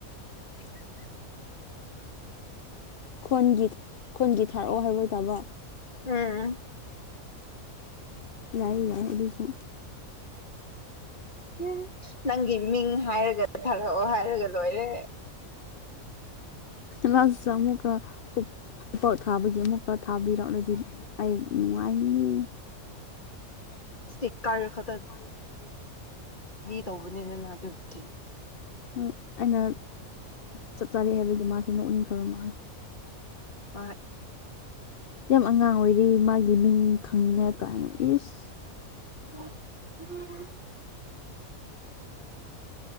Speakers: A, on the left (about 65°); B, on the left (about 35°).
A: <inaudible> ꯈꯣꯟꯒꯤ ꯈꯣꯟꯒꯤ ꯊꯥꯔꯛꯑꯣ ꯍꯥꯏꯕ ꯇꯥꯕ
B: ꯎꯝ
A: ꯌꯥꯏꯌꯦ ꯌꯥꯏ ꯑꯗꯨꯁꯨ
B: ꯎꯝ ꯅꯪꯒꯤ ꯃꯤꯡ ꯍꯥꯏꯔꯒ ꯊꯥꯔꯛꯑꯣ ꯍꯥꯏꯔꯒ ꯂꯣꯏꯔꯦ
A: ꯂꯥꯁꯇ ꯑꯃꯨꯛꯀ ꯈꯨ ꯊꯥꯕꯒꯤ ꯑꯃꯨꯛꯀ ꯊꯥꯕꯤꯔꯛꯂꯗꯤ ꯑꯩ ꯅꯨꯡꯉꯥꯏꯅꯤ
B: ꯁꯤꯔ ꯈ
A: ꯔ ꯐ ꯑꯗꯨ ꯐ
B: ꯇꯧꯕꯅꯤꯗꯅ ꯑꯗꯨꯕꯨꯗꯤ
A: ꯍꯣꯏ ꯑꯩꯅ ꯆꯞ ꯆꯥꯔꯦ ꯍꯥꯏꯕꯒꯤ ꯃꯥꯁꯦ ꯅꯣꯛꯅꯤꯡꯈ꯭ꯔꯕ ꯃꯥꯜꯂ
B: ꯍꯣꯏ
A: ꯌꯥꯝ ꯑꯉꯥꯡ ꯑꯣꯏꯔꯤ ꯃꯥꯒꯤ ꯃꯤꯡ ꯈꯪꯅꯤꯡꯉꯥꯏ ꯀꯥꯏꯅ ꯏꯁ
B: <unintelligible>